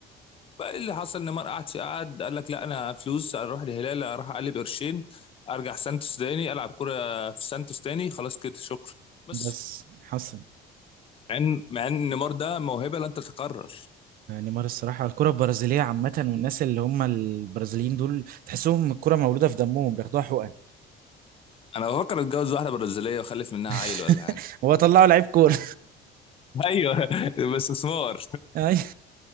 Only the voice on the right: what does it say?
بس حسن
آه، نيمار الصراحه الكره البرازيليه عامه والناس اللي هم البرازيليين دول تحسهم الكره مولوده في دمهم بياخدوها حقن
<laughs>
هو طلعوا لعيب كوره
أي <laughs>